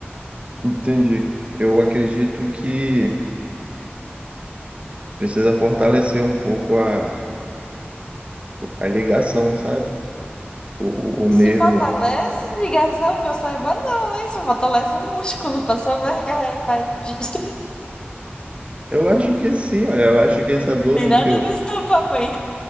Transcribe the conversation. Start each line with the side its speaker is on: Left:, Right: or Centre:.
Right: Entendi. Eu acredito que precisa fortalecer um pouco a, a ligação, sabe? o, o
Left: E
Right: o
Left: se
Right: nervo.
Left: fortalece, ligação, que eu saiba, não, né? Se fortalece o músculo pra sobrecarregar. Pra... <laughs> des-
Right: Eu acho que sim, olha, eu acho que essa dor
Left: Tem
Right: no
Left: nada
Right: teu
Left: a ver com teu papo aí.